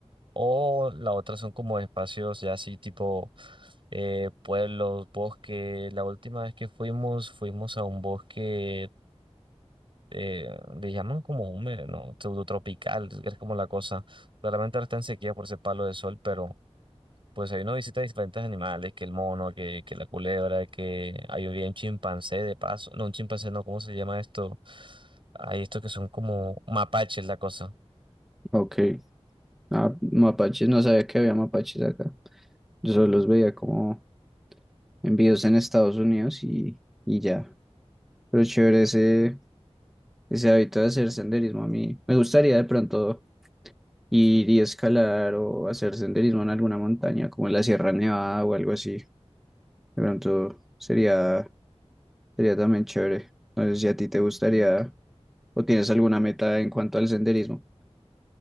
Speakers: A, on the right; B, in the centre.
A: O la otra son como espacios ya así tipo eh, pueblos, bosque. La última vez que fuimos, fuimos a un bosque eh, le llaman como húmedo, ¿no? Pseudotropical, es como la cosa. Claramente ahora está en sequía por ese palo de sol, pero pues ahí uno visita diferentes animales, que el mono, que, que la culebra, que ahí había un chimpancé de paso. No, un chimpancé no, ¿cómo se llama esto? Hay estos que son como mapaches, la cosa.
B: Ok, ah, mapaches, no sabía que había mapaches acá. Yo solo los veía como envíos en Estados Unidos y, y ya. Pero chévere ese, ese hábito de hacer senderismo a mí. Me gustaría de pronto ir y escalar o hacer senderismo en alguna montaña, como en la Sierra Nevada o algo así. De pronto sería, sería también chévere. No sé si a ti te gustaría o tienes alguna meta en cuanto al senderismo.